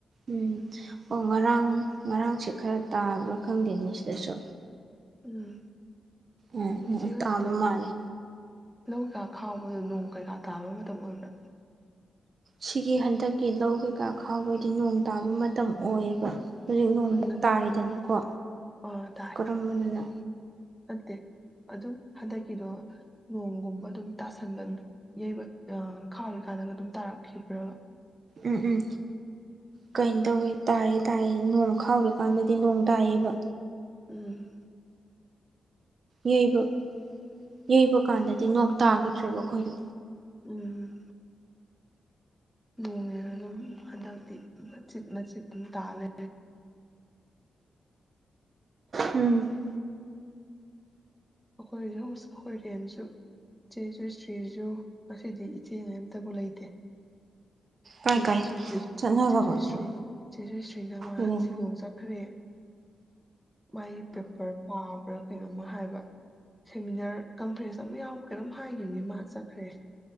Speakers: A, on the right (about 50°); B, in the centre.
A: ꯎꯝ ꯑꯣ ꯉꯔꯥꯡ ꯉꯔꯥꯡꯁꯦ ꯈꯔ ꯇꯥꯕ꯭ꯔꯥ ꯈꯪꯗꯦꯅꯦ ꯁꯤꯗꯁꯨ
B: ꯎꯝ
A: ꯎꯝ ꯎꯝ
B: ꯏꯖꯤꯚꯦꯟꯇꯒꯤ
A: ꯇꯥꯕ ꯃꯥꯜꯂꯦ
B: ꯂꯧ ꯀꯩꯀꯥ ꯈꯥꯎꯕꯗꯣ ꯅꯣꯡ ꯀꯩꯀꯥ ꯇꯥꯕ ꯃꯇꯝ ꯑꯣꯏꯕ꯭ꯔꯥ
A: ꯁꯤꯒꯤ ꯍꯟꯗꯛꯀꯤ ꯂꯧ ꯀꯩꯀꯥ ꯈꯥꯎꯕꯒꯤ ꯅꯣꯡ ꯇꯥꯕ ꯃꯇꯝ ꯑꯣꯏꯌꯦꯕ ꯍꯧꯖꯤꯛ ꯅꯣꯡꯃ
B: ꯎꯝ
A: ꯇꯥꯔꯤꯗꯅꯀꯣ
B: ꯑꯥ ꯇꯥꯏ
A: ꯀꯔꯝꯕꯅꯅ
B: ꯅꯠꯇꯦ ꯑꯗꯨꯝ ꯍꯟꯗꯛꯀꯤ ꯀꯗꯣ ꯅꯣꯡꯒꯨꯝꯕ ꯑꯗꯨꯝ ꯇꯥꯁꯟꯕ ꯌꯩꯕ ꯈꯥꯎꯔꯤꯀꯥꯟꯗꯒ ꯑꯗꯨꯝ ꯇꯥꯔꯛꯈꯤꯕ꯭ꯔꯕ
A: ꯎꯝ ꯎꯝ ꯀꯩꯅ ꯇꯧꯋꯦ ꯇꯥꯏꯌꯦ ꯇꯥꯏꯌꯦ ꯅꯣꯡ ꯈꯥꯎꯔꯤꯀꯥꯟꯗꯗꯤ ꯅꯣꯡ ꯇꯥꯏꯌꯦꯕ
B: ꯎꯝ
A: ꯌꯩꯕ ꯌꯩꯕ ꯀꯥꯟꯗꯗꯤ ꯅꯣꯡ ꯇꯥꯈꯤꯗ꯭ꯔꯦꯕ ꯑꯩꯈꯣꯏꯗꯣ
B: ꯎꯝ ꯅꯣꯡꯡꯂꯦꯒ ꯑꯗꯨꯝ ꯍꯟꯗꯛꯇꯤ ꯃꯆꯤꯠ ꯃꯆꯤꯠ ꯇꯥꯂꯦ
A: ꯎꯝ
B: ꯑꯩꯈꯣꯏꯁꯨ ꯑꯩꯈꯣꯏꯔꯦꯟꯁꯨ ꯏꯆꯦꯁꯨ ꯏꯁꯇ꯭ꯔꯤꯁꯨ ꯉꯁꯤꯗꯤ ꯏꯆꯦ ꯑꯝꯇꯕꯨ ꯂꯩꯇꯦ
A: ꯀꯥꯏ
B: ꯦꯣꯏ
A: ꯀꯥꯏ ꯆꯠꯅꯈ꯭ꯔꯕ ꯑꯗꯨꯅꯤ
B: ꯁ꯭ꯔꯤ ꯁꯦꯖꯣꯏ ꯁ꯭ꯔꯤ ꯅꯃꯥ
A: ꯎꯝ
B: ꯁꯤꯂꯣꯡ ꯆꯠꯈ꯭ꯔꯦ ꯃꯩ ꯄꯦꯄꯔ ꯄꯥꯕꯔꯛ ꯀꯩꯅꯣꯝꯃ ꯍꯥꯏꯕ ꯁꯦꯃꯤꯅꯥꯔ ꯀꯟꯐ꯭ꯔꯦꯟꯁ ꯑꯃ ꯌꯥꯎ ꯀꯩꯅꯝ ꯍꯥꯏꯈꯤꯕꯅꯤ ꯃꯥ ꯆꯠꯈ꯭ꯔꯦ